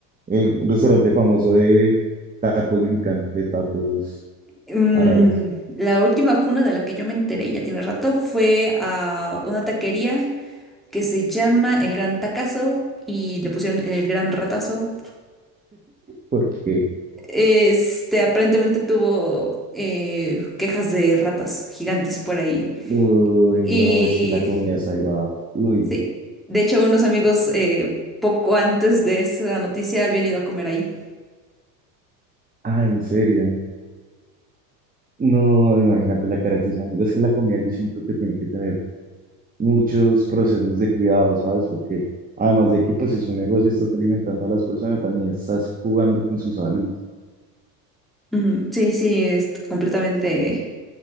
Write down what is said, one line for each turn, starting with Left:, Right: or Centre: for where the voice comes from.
Right: el restaurante famoso de tacos mexicanos, de tacos
Centre: Mm,
Right: árabes,
Centre: la última funa de la que yo me enteré, ya tiene rato, fue a una taquería que se llama El Gran Tacazo y le pusieron El Gran Ratazo.
Right: porque,
Centre: Este aparentemente tuvo eh, quejas de ratas gigantes por ahí.
Right: uy,
Centre: Y
Right: no, es que la comida es sagrada, uy,
Centre: sí, de hecho unos amigos eh, poco antes de esa noticia habían ido a comer ahí.
Right: ah, en serio, no, imagínate la cara de tus amigos, es que la comida yo siento que tiene que tener muchos procesos de cuidado, ¿sabes? Porque además de que pues es un negocio, estás alimentando a las personas, también estás jugando con su salud.
Centre: Mm, sí, sí, es completamente